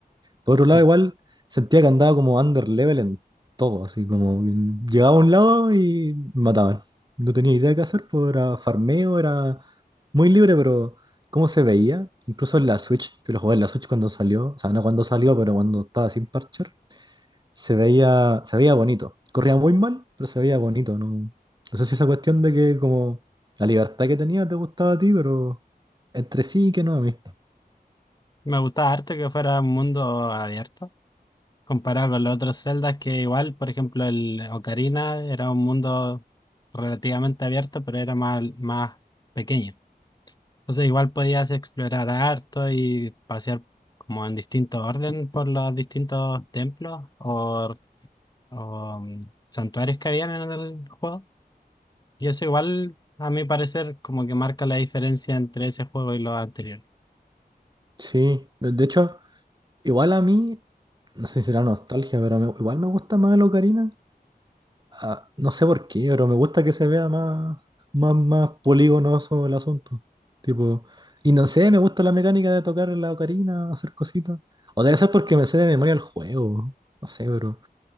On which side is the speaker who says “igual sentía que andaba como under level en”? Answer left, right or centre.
Right